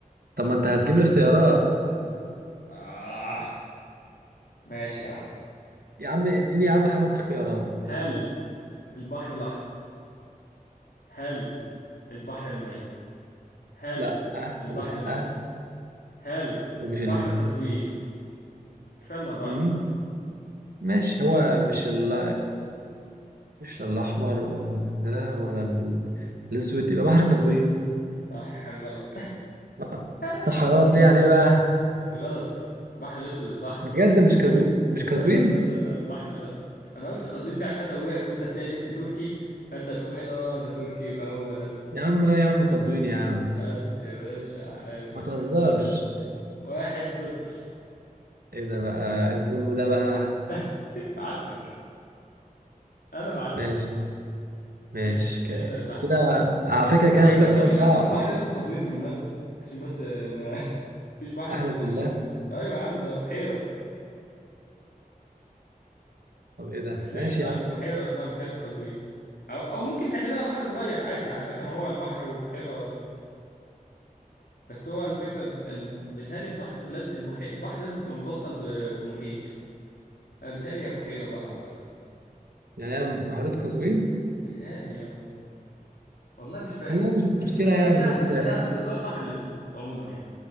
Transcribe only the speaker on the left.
اه ماشي يا عم
هل البحر الاحمر هل البحر الميت هل
البحر
الاسود
هل
بحر
قزوين كفايه الاربعه
دول
صح غلط
<laughs>
غلط البحر الاسود يا صاحبي
لا
لا لا لا لا البحر الأسود أنا قلت قزوين دي عشان أتوهك قلت هتلاقي الاسم تركي فأنت هتقوم قايل أه ده تركي يبقى هو ده
بس يا باشا عاش
واحد صفر واحد صفر
<laughs> بعتك أنا بعتك
اسأل
اسأل يا صاحبي
أصلا
مفيش
أصلا
بحر اسمه قزوين بالمناسبة عشان بس آه، ما <laughs> مفيش بحر
اسمه بحر
قزوين أيوة يا عم ده بحيرة
هتلاقي
اسمها
بحيرة اسمها بحيرة قزوين أو أو ممكن نعتبرها بحر صغير عادي على فكرة ما هو البحر والبحيرة بس هو الفكرة الب- الب- بيتهيألي البحر لازم البحي... البحر لازم يبقى متوصل ب... بمحيط انا بيتهيألي هي بحيرة بقى اعتقد
بيتهيألي اه والله مش فاكر
مش مش
مش ههبد
مش ههبد بس هو البحر الاسود عموما يعني